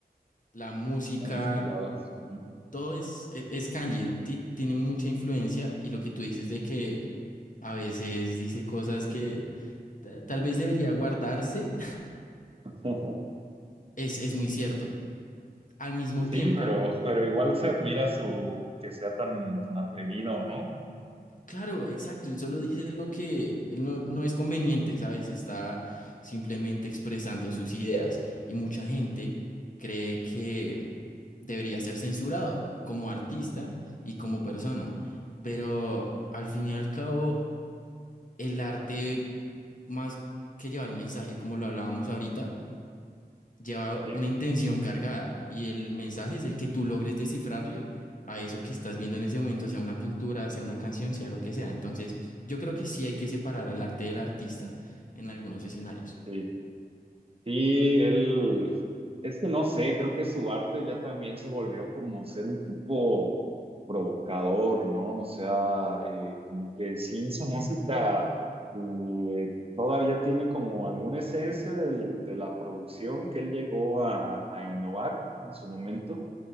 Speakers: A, on the left; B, on the right.
A: la música
B: están inspirados. Ujú.
A: todo es, e- es Kanye, ti- tiene mucha influencia y lo que tú dices de que a veces dice cosas que ta- tal vez debería guardarse,
B: <laughs>
A: <laughs> es, es muy cierto. Al mismo
B: Sí,
A: tiempo,
B: pero, pero igual se admira su que sea tan, tan atrevido, ¿no?
A: claro, exacto, él solo
B: Ujú.
A: dice lo que él no, no es conveniente, ¿sabes? Está simplemente expresando sus ideas y mucha gente cree que debería ser censurado como artista
B: Ujú.
A: y como persona, pero al fin y al cabo... el arte, más que llevar un mensaje, como lo hablábamos ahorita, lleva
B: Sí,
A: una intención cargada y el mensaje es el que tú logres descifrarle a eso que estás viendo en ese momento, sea una pintura, sea una canción, sea lo que sea. Entonces, yo creo que sí hay que separar al arte del artista en algunos escenarios.
B: sí. Sí, él, es que no sé, creo que su arte ya también se volvió como ser un tipo provocador, ¿no? O sea, eh, como que sí, esa música eh, todavía tiene como alguna esencia del- de la producción que él llegó a, a innovar en su momento,